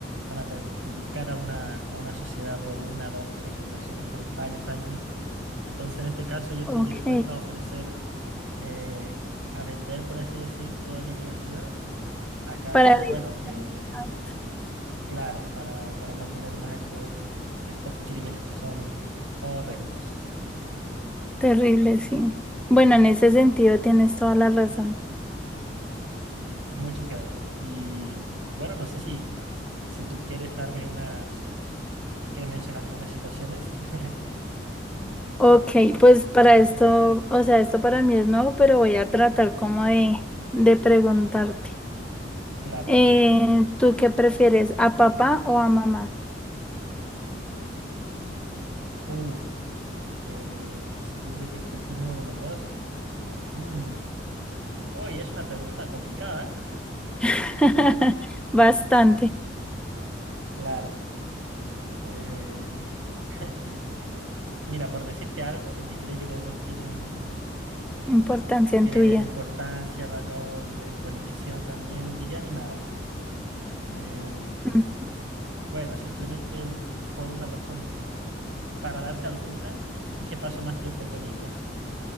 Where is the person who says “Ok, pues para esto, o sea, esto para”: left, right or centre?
Centre